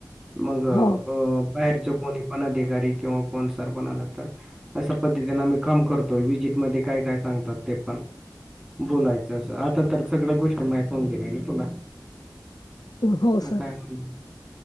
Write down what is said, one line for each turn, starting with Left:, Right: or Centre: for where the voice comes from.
Centre: मग
Left: हो
Centre: ब बाहेर कोणी पण अधिकारी किंवा कोण सर पण आला तर अशा पद्धतीं आम्ही काम करतोय विजिटमध्ये काय काय सांगतात ते पण बोलायचं असं आता तर सगळ्या गोष्टी माहीत हून केल्या ना तुला.
Left: हो
Centre: मग
Left: सर
Centre: काय म्हण